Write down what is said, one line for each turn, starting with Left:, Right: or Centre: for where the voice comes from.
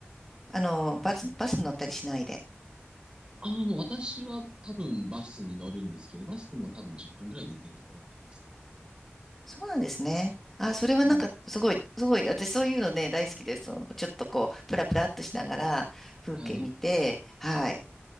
Centre: あの、バス、バスに乗ったりしないで。
Right: ああ、もう私は多分バスに乗るんですけど、バスでも多分10分ぐらいで行けるところにありますね。
Centre: そうなんですね。あ、それはなんか、
Right: はい。
Centre: すごい、すごい、私そういうのね、大好きです。そのちょっとこう、プラプラっとしながら、風景見て、
Right: はい。
Centre: はい。